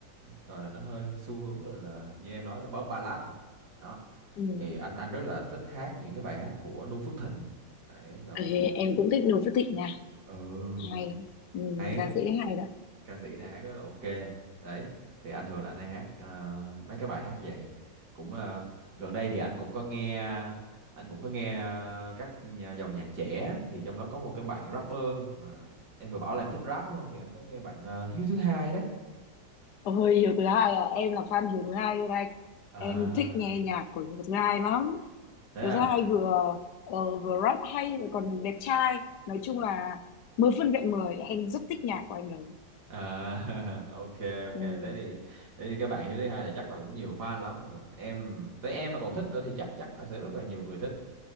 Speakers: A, on the right; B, on the left.
A: rồi là nó hơi xu hướng rồi là như em nói đó pop ballad này. đó
B: ừ.
A: thì anh anh rất là thích hát những cái bài hát của Noo Phước Thịnh đấy là
B: Ê,
A: một
B: em cũng thích Noo Phước Thịnh nha
A: ừ
B: hay ừ,
A: hay
B: ca sĩ đấy hay đó
A: ca sĩ này hát rất là ok đấy thì anh thường là anh hay hát ờ, mấy cái bài hát vậy cũng ờ, gần đây thì anh cũng có nghe anh cũng có nghe ờ, các nhà, dòng nhạc trẻ thì trong đó có một cái bạn rapper mà em vừa bảo là em thích rap đúng không thì anh có nghe bạn ờ, Hiếu thứ hai đấy
B: Ôi, Hiếu thứ hai à, em là fan Hiếu thứ hai luôn anh.
A: à
B: Em thích nghe nhạc của Hiếu thứ hai lắm.
A: thế
B: Hiếu
A: à
B: thứ hai vừa ờ, vừa rap hay lại còn đẹp trai. Nói chung là 10 phân vẹn 10, em rất thích nhạc của anh đấy.
A: À, <laughs> ok ok
B: Ừ.
A: thế thì thế thì các bạn Hiếu thứ hai là chắc là cũng nhiều fan lắm rồi. em tới em mà còn thích nữa thì chắc chắn là sẽ rất là nhiều người thích